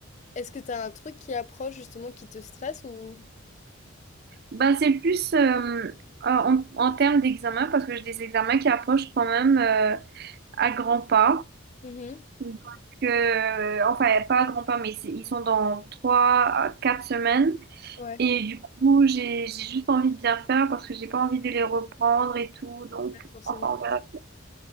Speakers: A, on the left (about 35°); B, on the right (about 50°).
A: Est-ce que t'as un truc qui approche justement qui te stresse ou...
B: Ben, c'est plus euh, euh, en, en termes d'examen, parce que j'ai des examens qui approchent quand même euh, à grands pas.
A: Mhm.
B: Donc, euh, enfin, pas à grands pas, mais c'est- ils sont dans trois à quatre semaines.
A: Ouais,
B: Et du coup, j'ai, j'ai juste envie de bien faire parce que j'ai pas envie de les reprendre et tout. Donc,
A: Ouais, forcément.
B: enfin, on verra.